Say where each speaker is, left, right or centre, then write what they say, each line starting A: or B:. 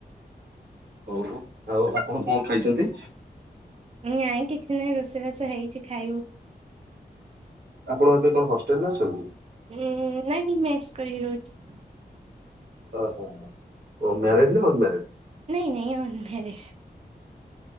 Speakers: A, on the right; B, on the right.
A: ହଉ ଆଉ ଆପଣ କଣ ଖାଇଛନ୍ତି?
B: ନାଇଁ କିଛି ନାହିଁ ରୋଷେଇବାସ ହେଇଛି ଖାଇବୁ।
A: ଆପଣ ଏବେ କଣ ହଷ୍ଟେଲ ରେ ଅଛନ୍ତି?
B: ଉଁ ନାଇଁ ମେସ୍ କରିକି ରହୁଛି।
A: ଓହୋ ହୋ ଓ ମ୍ୟାରେଡ୍ ନା ଅନମ୍ୟାରେଡ?
B: ନାଇଁ ନାଁଇ ଅନମ୍ୟାରେଡ।